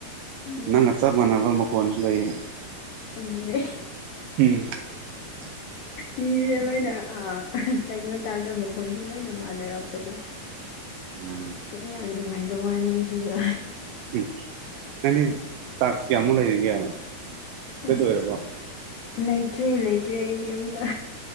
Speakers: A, on the left (about 75°); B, on the right (about 80°).
A: ꯎꯝ
B: ꯅꯪꯒ ꯆꯞ ꯃꯥꯟꯅꯕ ꯐꯣꯟꯁꯨ ꯂꯩꯌꯦ
A: ꯑꯗꯨꯅꯦ
B: ꯎꯝ <unintelligible>
A: ꯃꯤꯁꯦ ꯂꯣꯏꯅ ꯀꯩꯅꯣ ꯇꯥꯕꯗ ꯃꯈꯣꯟꯁꯨ ꯂꯣꯏꯅ ꯃꯥꯟꯅꯔꯛꯄꯗꯣ
B: <unintelligible> ꯎꯝ
A: ꯁꯤ ꯌꯥꯝ ꯅꯨꯡꯉꯥꯏꯕ ꯋꯥꯅꯤ ꯁꯤꯁꯨ
B: ꯎꯝ ꯅꯪꯗꯤ ꯆꯥꯛꯁ ꯀꯌꯥꯃꯨꯛ ꯂꯩꯔꯤꯒꯦ
A: ꯑꯁ
B: ꯑꯣꯏꯔꯕꯣ
A: ꯂꯩꯇ꯭ꯔꯦ ꯂꯩꯇ꯭ꯔꯦ ꯑꯩꯗꯤ ꯌꯨꯝꯗ